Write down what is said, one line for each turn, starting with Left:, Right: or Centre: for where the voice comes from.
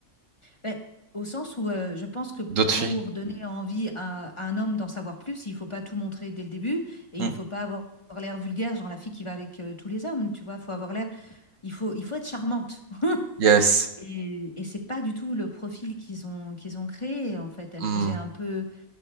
Left: Ben, au sens où euh, je pense que pour
Right: d'autres filles.
Left: donner envie à, à un homme d'en savoir plus, il ne faut pas tout montrer dès le début et
Right: Mm.
Left: il ne faut pas avoir l'air vulgaire, genre la fille qui va avec euh, tous les hommes, tu vois. faut avoir l'air, il faut, il faut être charmante. <laughs>
Right: Yes.
Left: Et, et c'est pas du tout le profil qu'ils ont qu'ils ont créé en fait. Elle
Right: Hmm.
Left: faisait un peu,